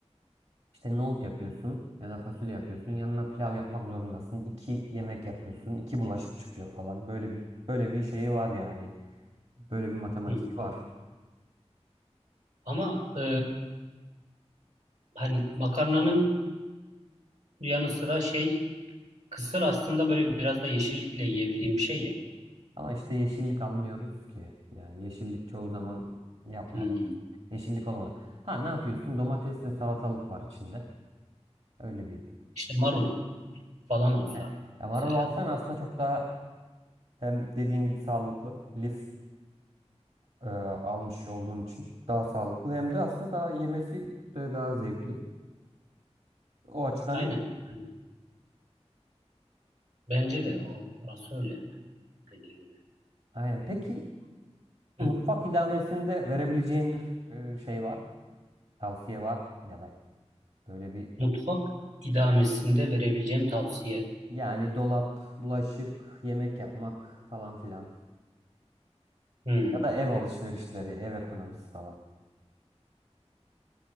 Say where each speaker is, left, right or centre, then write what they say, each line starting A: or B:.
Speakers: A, on the right; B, on the right.
A: İşte nohut yapıyorsun ya da fasulye yapıyorsun. Yanına pilav yapmak zorundasın. İki yemek yapıyorsun. iki bulaşık çıkıyor falan. Böyle bir böyle bir şeyi var yani. Böyle bir matematiği
B: hı hı.
A: var.
B: Ama e, hani makarnanın yanı sıra şey kısır aslında böyle biraz da yeşillikle yiyebildiğim bir şey ya.
A: Ama işte yeşillik almıyoruz ki. Yani yeşillik çoğu zaman yapmadan.
B: Hı.
A: Yeşillik olmadan. Ha ne yapıyorsun? Domates ve salatalık var içinde. Öyle bir.
B: İşte marul falan olsa
A: Yani, ya marul
B: mesela.
A: alsan aslında çok daha hem dediğin gibi sağlıklı. Lif e, almış olduğun için daha sağlıklı hem de aslında daha yemesi de daha zevkli. O açıdan
B: Aynen.
A: iyi.
B: Aynen. Bence de o orası öyle dediğin gibi.
A: Aynen. Peki
B: Hı.
A: mutfak idamesinde verebileceğin bir e, şey var mı? Tavsiye var mı? Ya da böyle bir
B: Mutfak idamesinde verebileceğim tavsiye.
A: yani dolap, bulaşık, yemek yapmak falan filan.
B: Hı.
A: Ya da ev alışverişleri, ev ekonomisi falan.